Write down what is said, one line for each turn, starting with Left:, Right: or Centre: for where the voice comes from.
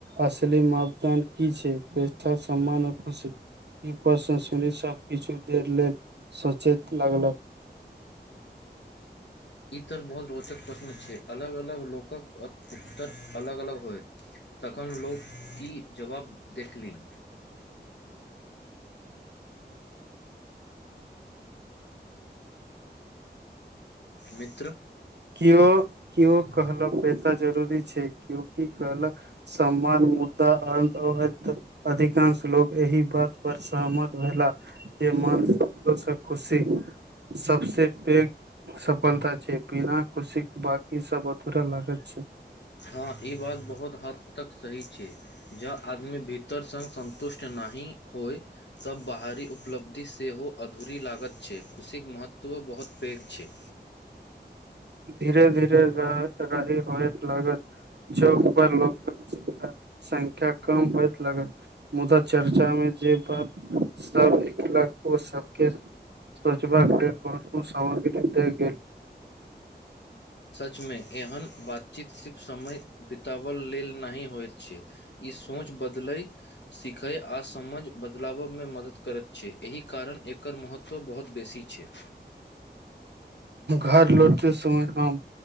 Right: असली मापदंड की छै। पेशा सम मन खुशी ई प्रश्न सुनी सभ किछु दे लेल सोचत लगलक
Left: इ तर बहुत रोचक प्रश्न छै। अलग अलग लोक के उत्तर अलग अलग होयत तखन लोक की जवाब देखलनि? मित्र
Right: क्यो क्यो कहलक पैसा जरूरी छै क्यो की कहलक सम्मान मुद्दा अ <unintelligible> अधिकांश लोक एहि बात पर सहमत भेलाह मै मान सन्तोष आ खुशी सबसँ पैघ सफलता छै बिना खुशी बाकी सब अधूरा लागैत छै
Left: हँ ई बात बहुत हद तक सही छै जँ आदमी भीतर सँ सन्तुष्ट नहि होय तब बाहरी उपलब्धि सेहो अधूरी लागत छै खुशीके महत्वो बहुत पैघ छै
Right: धीरे धीरे रहि होयत लागत चौक पर लोक संख्या कम होइत लगत मुदा चर्चा मे जे बात सबके स्वच्छ भाग गेल बहुत को सारकेट गेल
Left: सचमे एहन बातचीत सिर्फ समय बितबै लेल नहि होइत छै ई सोच बदलै सीखय आ समझ बदलाब मे मदद करैत छै एहि कारण एकर महत्व महत्व बहुत बेसी छै
Right: घर लौटते समय हम